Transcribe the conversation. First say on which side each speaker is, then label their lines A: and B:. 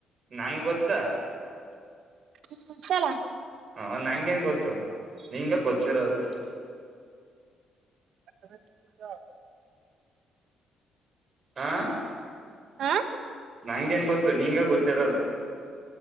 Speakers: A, on the right; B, on the right.
A: ನಂ ಗೊತ್ತಾ
B: ಗೋತಲ್ಲ
A: ಹ ನಂಗೇನ್ ಗೊತ್ತು ನಿಂಗ ಗೊತ್ತಿರೋದು
B: ಆ ತಮೇ ಬತ
A: ಆ
B: ಹ
A: ನಂಗ ನ್ ಗೊತ್ತು ನಿಂಗ ಗೊತ್ತಿರದು